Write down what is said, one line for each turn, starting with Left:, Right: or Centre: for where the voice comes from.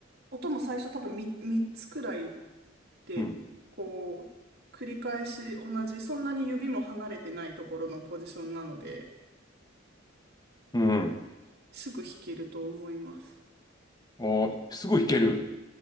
Right: 音も最初多分 3, 三つくらいて、
Left: うん。
Right: こう、繰り返し同じ、そんなに指も離れてないところのポジションなので、
Left: うん。
Right: すぐ弾けると思います。
Left: あー、すごい弾ける。